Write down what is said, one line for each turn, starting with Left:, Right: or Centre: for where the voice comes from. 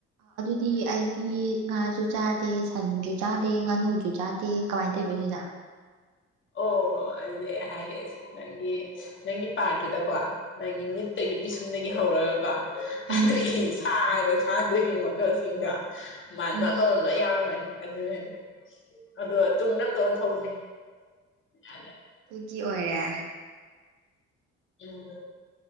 Right: ꯗꯤ ꯑꯩꯗꯤ ꯉꯥꯁꯨ ꯆꯥꯗꯦ ꯁꯟꯁꯨ ꯆꯥꯗꯦ ꯉꯥꯅꯨꯁꯨ ꯆꯥꯗꯦ ꯀꯃꯥꯏꯅ ꯇꯧꯔꯤꯣ ꯁꯤꯗ
Left: ꯑꯣ ꯑꯗꯨꯗꯤ ꯑꯩ ꯍꯥꯏꯌꯦꯦꯁ ꯅꯪꯒꯤ ꯅꯪꯒꯤ ꯄꯥꯠꯇꯨꯗꯀꯣ ꯅꯪꯒꯤ ꯃꯤꯠ ꯇꯒꯤ ꯄꯤꯁꯨꯝꯗꯒꯤ ꯍꯧꯔꯒꯀꯣ
Right: ꯎꯝ
Left: ꯑꯗꯨꯒꯤ ꯁꯥ ꯍꯥꯏꯕ ꯁꯥ ꯑꯗꯨꯒꯤ ꯃꯈꯜꯁꯤꯡꯗꯣ ꯃꯥꯟꯕ
Right: ꯎꯝ
Left: ꯑꯃꯃꯝ ꯂꯣꯏ ꯌꯥꯎꯔꯝꯃꯅꯤ ꯑꯗꯨꯅꯦꯅꯦ ꯑꯗꯣ ꯇꯨꯝꯅ ꯑꯝꯇ ꯑꯣꯟꯊꯅꯤꯅ
Right: ꯀ ꯑꯣꯏꯔꯦ
Left: ꯎꯝ